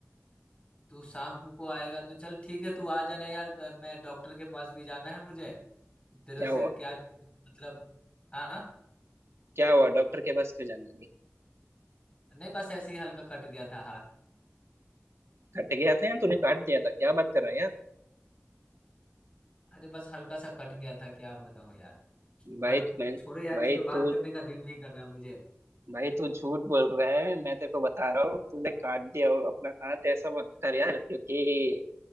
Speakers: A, on the left; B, on the right.
A: तू शाम को आएगा तो चल ठीक है तू आ जाना यार प- मैं डॉक्टर के पास भी जाना है मुझे तेरे
B: क्या
A: से
B: हुआ
A: क्या मतलब हाँ
B: क्या हुआ डॉक्टर के पास क्यों जाने लगी
A: नहीं बस ऐसे ही हल्का कट गया था हाथ
B: कट गया था या तूने काट दिया था क्या बात कर रहा है यार
A: अरे बस हल्का सा कट गया था क्या बताऊं यार बस
B: भाई मैं
A: छोड़ो यार
B: भाई
A: इस पे
B: तू
A: बात करने का दिल नहीं कर रहा मुझे
B: भाई तू झूठ बोल रहा है मैं तेरे को बता रहा हूँ तूने काट दिया हो अपना हाथ ऐसा मत कर यार क्योंकि